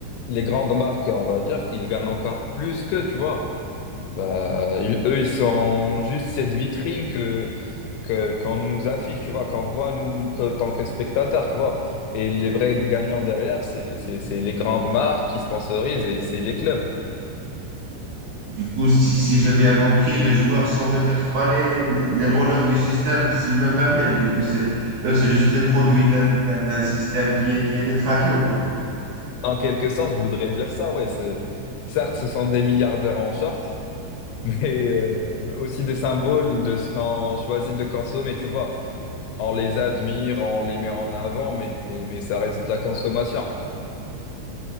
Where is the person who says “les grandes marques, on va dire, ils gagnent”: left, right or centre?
Left